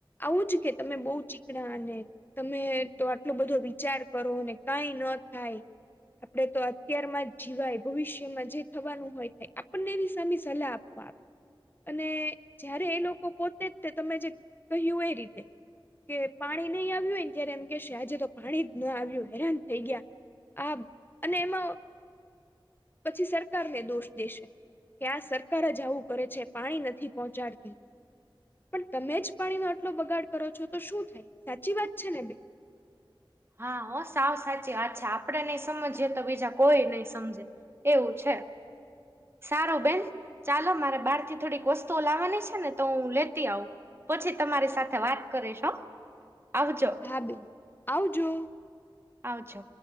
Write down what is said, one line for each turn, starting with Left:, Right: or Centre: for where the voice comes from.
Left: આવું જ કે તમે બહુ ચીકણા અને તમે તો આટલો બધો વિચાર કરો કઈ ન થાય આપડે તો અત્યારમાં જ જીવાય ભવિષ્યમાં જે થવાનું હોય થાય આપણને એવી સામે સલાહ આપ આવે અને જયારે એ લોકો પોતે જ તમે જે કહ્યું એ રીતે કે પાણી નહી આવ્યું હોય ને ત્યારે એમ કે છે આજે તો પાણી જ ના આવ્યું હેરાન થઈ ગયા આ અને એમાં પછી સરકારને દોષ દેશે કે આ સરકાર જ આવું કરે છે પાણી નથી પહોંચાડતી પણ તમે જ પાણી નો આટલો બગાડ કરો છો તો શું થાય સાચી વાત છે ને બે
Right: હા હો સાવ સાચી અચ્છા આપડે નઈ સમજીએ તો બીજા કોઈ નહી સમજે એવું છે સારું બેન ચાલો મારે બહાર થી થોડીક વસ્તુઓ લાવવાની છે ને તો હું લેતી આવું પછી તમારી સાથે વાત કરીશો આવજો
Left: હાબેન આવજો
Right: આવાછો